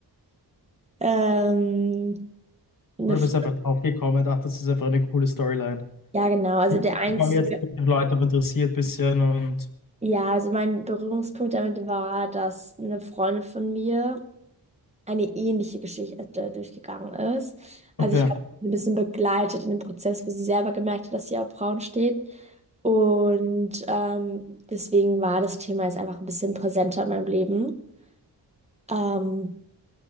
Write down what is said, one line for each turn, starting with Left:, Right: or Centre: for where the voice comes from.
Right: ähm, eine
Left: Oder
Right: Fre-
Left: bist du einfach drauf gekommen und dachtest, das ist einfach eine coole Storyline?
Right: ja, genau. Also
Left: Die
Right: der einzige,
Left: die haben jetzt die Leute auch interessiert ein bisschen und.
Right: Ja, also mein Berührungspunkt damit war, dass eine Freundin von mir eine ähnliche Geschichte äh, durchgegangen ist. Also
Left: Okay,
Right: ich habe sie ein bisschen begleitet in dem Prozess, wo sie selber gemerkt hat, dass sie auf Frauen steht. Und ähm, deswegen war das Thema jetzt einfach ein bisschen präsenter in meinem Leben. Ähm,